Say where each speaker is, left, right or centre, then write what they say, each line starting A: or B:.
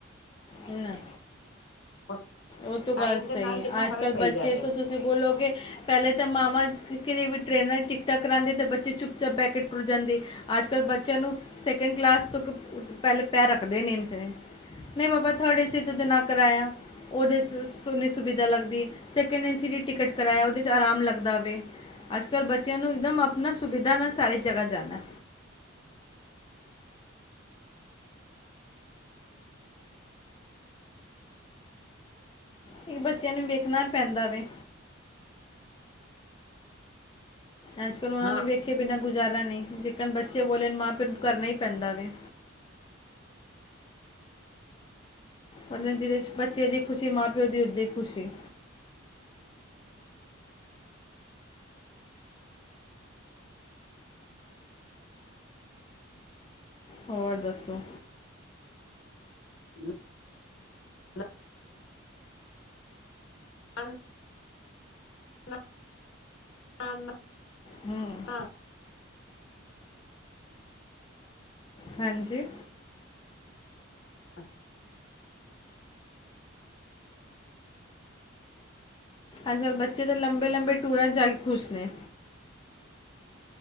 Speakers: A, on the left (about 25°); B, on the left (about 65°).
A: ਹੈਨਾ
B: ਔਰ
A: ਉਹ ਤੋਂ
B: ਟਾਈਮ
A: ਗੱਲ ਸਹੀ
B: ਦੇ ਨਾਲ
A: ਹੈ
B: ਕਿੰਨਾ
A: ਅੱਜ
B: ਫ਼ਰਕ
A: ਕੱਲ
B: ਪਈ
A: ਬੱਚੇ
B: ਜਾ ਰਿਹਾ
A: ਤੋਂ ਤੁਸੀਂ ਬੋਲੋਗੇ ਪਹਿਲੇ ਤਾਂ ਮਾਵਾਂ ਕਿ ਕਿਤੇ ਵੀ ਟਰੇਨਾਂ 'ਚ ਟਿਕਟਾਂ ਕਰਾਉਂਦੇ ਤਾਂ ਬੱਚੇ ਚੁੱਪ ਚਾੱਪ ਬਹਿ ਕੇ ਟੁਰ ਜਾਂਦੇ ਅੱਜ ਕੱਲ੍ਹ ਬੱਚਿਆਂ ਨੂੰ ਸੈਕਿੰਡ ਕਲਾਸ ਤੋਂ ਪਹਿਲੇ ਪੈ ਰੱਖਦੇ ਨੀ ਨਹੀਂ ਬਾਬਾ ਥਰਡ ਏੇ ਚ ਨਾ ਕਰਾਇਆ ਉਹਦੇ ' ਸ ਸੋਹਨੀ ਸੁਵਿਧਾ ਲੱਗਦੀ ਏ ਸੈਕਿੰਡ ਐਂਡ ਸੀ ਡ ਟਿਕਟ ਕਰਾਇਆ ਉਹਦੇ 'ਚ ਆਰਾਮ ਲੱਗਦਾ ਵੇ ਅੱਜ ਕੱਲ੍ਹ ਬੱਚਿਆਂ ਨੂੰ ਇੱਕਦਮ ਆਪਣਾ ਸੁਵਿਧਾ ਨਾਲ ਸਾਰੀ ਜਗ੍ਹਾ ਜਾਣਾ ਕਿ ਬੱਚਿਆਂ ਨੂੰ ਵੇਖਣਾ ਵ ਪੈਂਦਾ ਵੇ ਅੱਜ ਕੱਲ੍ਹ ਉਹਨਾਂ
B: ਹਾਂ
A: ਨੂੰ ਵੇਖੇ ਬਿਨਾਂ ਗੁਜ਼ਾਰਾ ਨਈ ਜਿਕਨ ਬੱਚੇ ਬੋਲੇ ਮਾਂ ਪੇ ਨੂੰ ਕਰਨਾ ਹੀ ਪੈਂਦਾ ਵੇ ਉਹਦੇ ਜਿਹਦੇ ਚ ਬੱਚਿਆਂ ਦੀ ਖ਼ੁਸ਼ੀ ਮਾਂ ਪਿਓ ਦੀ ਉਹਦਾ ਖ਼ੁਸ਼ੀ ਹੋਰ ਦੱਸੋ
B: ਨ ਨਾ ਨਾ ਨਾ ਨਾ ਨਾ
A: ਹੂੰ
B: <inaudible>
A: ਹਾਂਜੀ?
B: ਅਹ
A: ਅੱਜ ਕੱਲ ਬੱਚੇ ਤਾਂ ਲੰਬੇ ਲੰਬੇ ਟੂਰਾਂ ਤੇ ਜਾ ਕੇ ਖੁਸ਼ ਨੇ